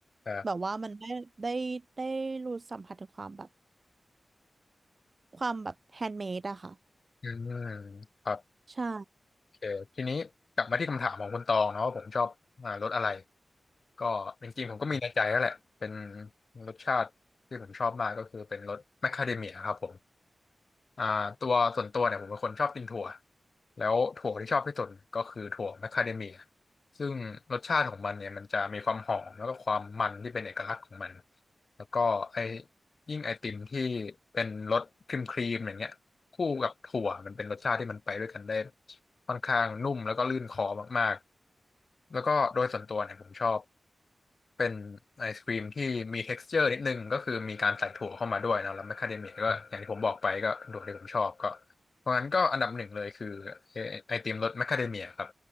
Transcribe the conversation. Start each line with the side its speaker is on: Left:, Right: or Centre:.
Left: ครับ
Right: แบบว่ามันได้ได้ได้รู้สัมผัสถึงความแบบความแบบแฮนด์เมดอะค่ะ
Left: อืมครับ
Right: ใช่
Left: โอเคทีนี้กลับมาที่คำถามของคุณตองเนาะว่าผมชอบอ่ารสอะไร ก็จริงๆผมก็มีในใจแล้วแหละ เป็นรสชาติที่ผมชอบมากก็คือเป็นรสแมคคาเดเมียครับผม อ่าตัวส่วนตัวเนี่ยผมเป็นคนชอบกินถั่วแล้วถั่วที่ชอบที่สุดก็คือถั่วแมคคาเดเมียซึ่งรสชาติของมันเนี่ยมันจะมีความหอมแล้วก็ความมันที่เป็นเอกลักษณ์ของมันแล้วก็ไอยิ่งไอติมที่เป็นรสครีมครีมอย่างเงี้ยคู่กับถั่วมันเป็นรสชาติที่มันไปด้วยกันได้ค่อนข้างนุ่มแล้วก็ลื่นคอมากๆแล้วก็โดยส่วนตัวเนี่ยผมชอบ เป็นไอศกรีมที่มี texture นิดนึงก็คือมีการใส่ถั่วเข้ามาด้วยเนอะแล้วแมคคาเดเมียก็อย่างที่ผมบอกไปก็เป็นถั่วที่ผมชอบก็เพราะงั้นก็อันดับหนึ่งเลยคือไอไอติมรสแมคคาเดเมียครับ